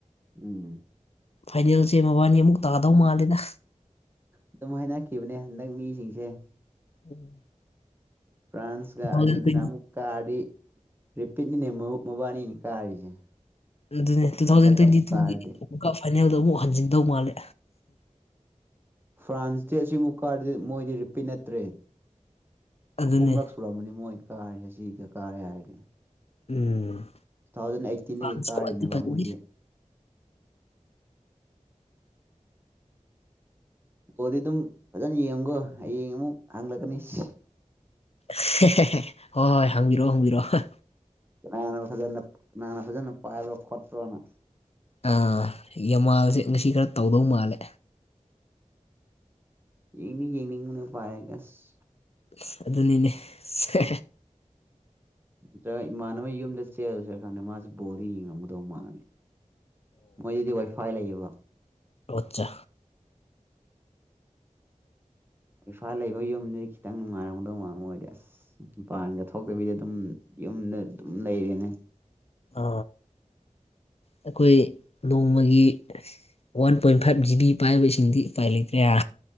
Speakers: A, on the right; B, on the left.
A: ꯎꯝ
B: ꯐꯥꯏꯅꯦꯜꯁꯦ ꯃꯕꯥꯅꯤ ꯑꯃꯨꯛ ꯇꯥꯗꯧ ꯃꯥꯜꯂꯦꯗ
A: ꯑꯗꯨꯝ ꯍꯥꯏꯅꯈꯤꯕꯅꯦ ꯍꯟꯗꯛ ꯃꯤꯁꯤꯡꯁꯦ
B: <unintelligible>
A: ꯐ꯭ꯔꯥꯟꯁ
B: ꯇꯨ
A: ꯀ
B: ꯊꯥꯎꯖꯟ
A: ꯑꯔꯖꯦꯟꯇꯤꯅꯥ
B: ꯇ꯭ꯋꯦꯟꯇꯤ
A: ꯑꯃꯨꯛ ꯀꯥꯔꯗꯤ ꯔꯤꯄꯤꯠꯅꯤꯅꯦ ꯃꯧ ꯃꯕꯥꯟꯅꯤꯅ ꯀꯥꯔꯤꯁꯦ
B: ꯑꯗꯨꯅꯦ ꯇꯨ
A: ꯍꯟꯗꯛꯀ
B: ꯊꯥꯎꯖꯟ ꯇ꯭ꯋꯦꯟꯇꯤ
A: ꯑꯃꯨꯛ
B: ꯇꯨꯒꯤ
A: ꯀꯥꯔꯗꯤ
B: ꯀꯞ ꯐꯥꯏꯅꯦꯜꯗ ꯑꯃꯨꯛ ꯍꯟꯖꯤꯟꯗꯧ ꯃꯥꯜꯂꯦ
A: ꯐ꯭ꯔꯥꯟꯁꯇꯤ ꯑꯁꯤꯃꯨꯛ ꯀꯥꯔꯗꯤ ꯃꯣꯏꯗꯤ ꯔꯤꯄꯤꯠ ꯅꯠꯇ꯭ꯔꯦ
B: ꯑꯗꯨꯅꯦ
A: ꯑꯍꯨꯝꯔꯛ ꯁꯨꯔꯝꯃꯅꯤ ꯃꯣꯏ ꯀꯥꯔꯦꯁꯦ ꯁꯤꯒ ꯀꯥꯔꯦ ꯍꯥꯏꯔꯗꯤ꯫
B: ꯎꯝ
A: ꯇꯨ ꯊꯥꯎꯖꯟ ꯑꯩꯠꯇꯤꯟꯗꯒꯤ
B: ꯐ꯭ꯔꯥꯟꯁ
A: ꯀꯥꯔꯤꯅꯦꯕ
B: ꯀꯣꯗꯤ ꯐꯖꯗꯦ
A: ꯃꯣꯏꯗꯤ ꯒꯣꯜꯗꯤ ꯑꯗꯨꯝ ꯐꯖꯅ ꯌꯦꯡꯉꯨꯒꯣ ꯍꯥꯌꯦꯡ ꯑꯃꯨꯛ ꯍꯥꯡꯂꯛꯀꯅꯤ ꯁꯤꯁ
B: ꯍꯣꯏ ꯍꯣꯏ ꯍꯪꯕꯤꯔꯛꯑꯣ ꯍꯪꯕꯤꯔꯛꯑꯣ
A: ꯀꯅꯥꯅ ꯐꯖꯅ ꯀꯅꯥꯅ ꯐꯖꯅ ꯄꯥꯏꯕ꯭ꯔꯣ ꯈꯣꯠꯄ꯭ꯔꯣꯅ
B: ꯑꯥ ꯌꯥꯃꯥꯜꯁꯦ ꯉꯁꯤ ꯈꯔ ꯇꯧꯗꯧ ꯃꯥꯜꯂꯦ꯫
A: ꯌꯦꯡꯗꯤ ꯌꯦꯡꯅꯤꯡꯕꯅꯦ ꯄꯥꯏꯔꯒ ꯑꯁ
B: ꯑꯁ ꯑꯗꯨꯅꯤꯅꯦ ꯁꯦ
A: ꯅꯠꯇ꯭ꯔꯥꯒ ꯏꯃꯥꯟꯅꯕꯩ ꯌꯨꯝꯗ ꯆꯦꯜꯂꯨꯁꯤꯔꯥ ꯈꯪꯗꯦ ꯃꯥꯁꯨ ꯕꯣꯜꯗꯤ ꯌꯦꯡꯉꯝꯒꯗꯧ ꯃꯥꯜꯂꯤ꯫ ꯃꯣꯏꯒꯤꯗꯤ ꯋꯥꯏꯐꯥꯏ ꯂꯩꯌꯦꯕ꯫
B: ꯑꯣꯠꯆꯥ
A: ꯏꯝꯐꯥꯜ ꯂꯩꯕ ꯌꯨꯝꯗꯨꯗꯤ ꯈꯤꯇꯪ ꯅꯨꯡꯉꯥꯏꯔꯝꯒꯗꯧ ꯃꯥꯜꯂꯦ ꯃꯣꯏꯗꯤ ꯑꯁ ꯃꯄꯥꯟꯒ ꯊꯣꯛꯇꯕꯤꯗ ꯑꯗꯨꯝ ꯌꯨꯝꯗ ꯑꯗꯨꯝ ꯂꯩꯔꯦꯅꯦ꯫
B: ꯑ ꯑꯩꯈꯣꯏ ꯅꯣꯡꯃꯒꯤ one point five G B ꯄꯥꯏꯕ ꯁꯤꯡꯗꯤ ꯎꯄꯥꯏ ꯂꯩꯇ꯭ꯔꯦ ꯍꯥ